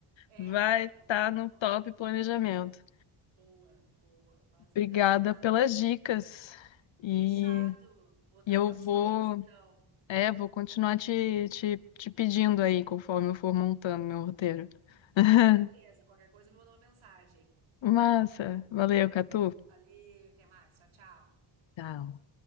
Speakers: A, on the right (about 75°); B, on the left (about 65°).
A: É,
B: Vai
A: ela
B: estar
A: tá no
B: no
A: top.
B: top planejamento.
A: Boa, boa. Mas
B: Obrigada
A: então tá.
B: pelas dicas. E,
A: Fechado. Outra
B: e eu
A: hora
B: vou,
A: nos falamos, então.
B: é, vou continuar te, te, te pedindo aí conforme eu for montando meu roteiro. <laughs>
A: Com certeza. Qualquer coisa me manda uma mensagem.
B: Massa, valeu, Catu.
A: Valeu, até mais. Tchau, tchau.
B: Tchau.